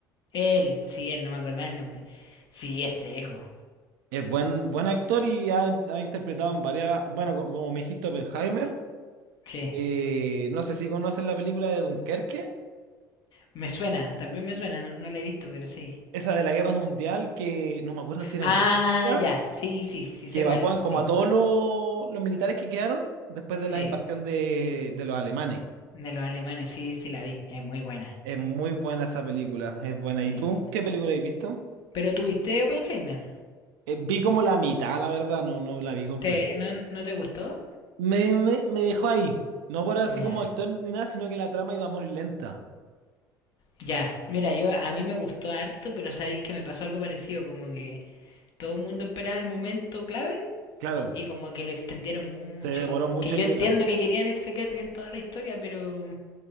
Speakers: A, on the left; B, on the right.
A: Él, sí, él, no me acordaba el nombre. Sí, es seco.
B: Es buen, buen actor y ha, ha interpretado en varias... Bueno, co- como, me dijiste, Oppenheimer.
A: Sí.
B: eh, no sé si conoces la película de Dunkerque.
A: Me suena, también me suena, no, no lo he visto, pero sí.
B: esa de la guerra mundial que no me acuerdo si era
A: Ah,
B: en Francia,
A: ya, sí, sí, sí
B: que
A: sé
B: evacuan
A: cuál es.
B: como
A: Sí,
B: a todos los, los militares que quedaron después de la
A: sí.
B: invasión de, de los alemanes.
A: De los alemanes, sí, sí la vi. Es muy buena.
B: Es muy buena esa película, es buena.
A: Sí.
B: ¿Y tú qué película has visto?
A: Pero tú viste Oppenheimer.
B: Eh, vi como la mitad, la verdad, no, no la vi completa.
A: ¿Te, no, no te gustó?
B: Me, me, me dejó ahí, no por así
A: Ya.
B: como actor ni nada, sino que la trama iba muy lenta.
A: Ya. Mira, yo a mí me gustó harto, pero sabéis que me pasó algo parecido, como que todo el mundo esperaba el momento clave
B: Claro,
A: y como que lo extendieron mucho,
B: se demoró mucho
A: que yo
B: en
A: entiendo
B: llegar.
A: que querían explicar bien toda la historia, pero